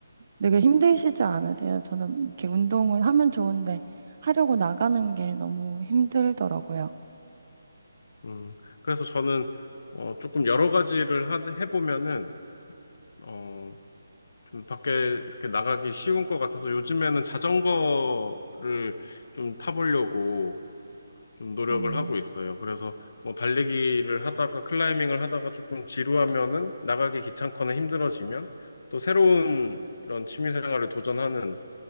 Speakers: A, on the right; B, on the left.
A: 되게 힘드시지 않으세요? 저는 이렇게 운동을 하면 좋은데 하려고 나가는 게 너무 힘들더라고요.
B: 음, 그래서 저는 어, 조금 여러 가지를 하, 해보면은 어, 좀 밖에 이렇게 나가기 쉬운 것 같아서 요즘에는 자전거를 좀 타보려고 좀 노력을
A: 음.
B: 하고 있어요. 그래서 뭐 달리기를 하다가 클라이밍을 하다가 조금 지루하면은 나가기 귀찮거나 힘들어지면 또 새로운 이런 취미 생활을 도전하는